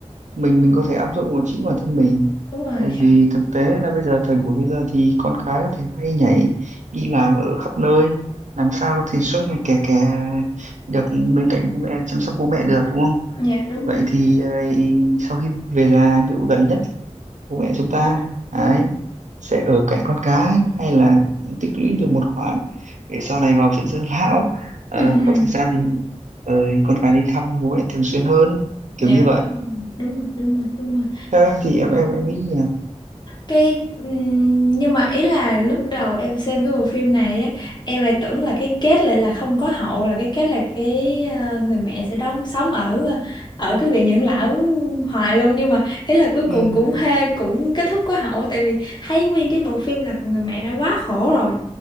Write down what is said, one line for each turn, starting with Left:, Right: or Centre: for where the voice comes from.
Right: mình mình có thể áp dụng vào chính bản thân mình
Left: đúng rồi
Right: Tại
Left: khá-
Right: vì thực tế là bây giờ thời buổi bây giờ thì con cái có thể bay nhảy đi làm ở khắp nơi làm sao có thể suốt ngày kè kè được bên cạnh bố mẹ chăm sóc bố mẹ được đúng không?
Left: dạ đúng rồi
Right: Vậy
Left: <laughs>
Right: thì ấy, sau khi về già ví dụ gần nhất bố mẹ chúng ta ấy sẽ ở cạnh con cái hay là tích lũy được một khoản để sau này vào viện dưỡng lão ờ,
Left: Ừm,
Right: có thời gian thì ờ, con cái đi thăm bố mẹ thường xuyên hơn kiểu
Left: dạ
Right: như vậy.
Left: đúng rồi đúng rồi đúng rồi đúng rồi
Right: Theo em thì em em em nghĩ nhỉ?
Left: cái ừm, nhưng mà ý là lúc đầu em xem cái bộ phim này á em lại tưởng là cái kết lại là không có hậu là cái kết là cái ờ, người mẹ sẽ đóng sống ở ờ, ở cái viện dưỡng lão hoài luôn nhưng mà ý là cuối cùng
Right: Ừ.
Left: cũng hê cũng kết thúc có hậu tại vì thấy nguyên cái bộ phim là người mẹ đã quá khổ rồi